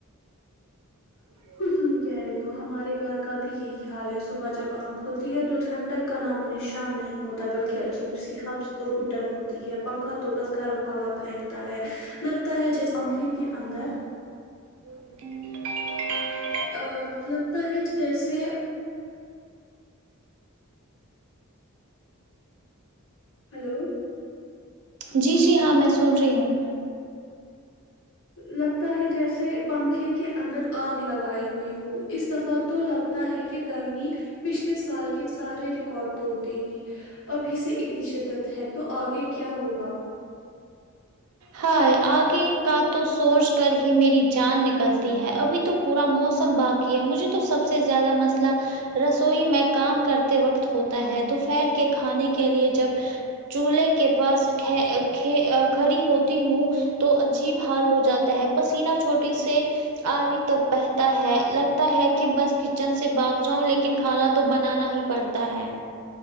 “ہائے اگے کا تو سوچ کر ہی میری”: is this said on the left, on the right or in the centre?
Right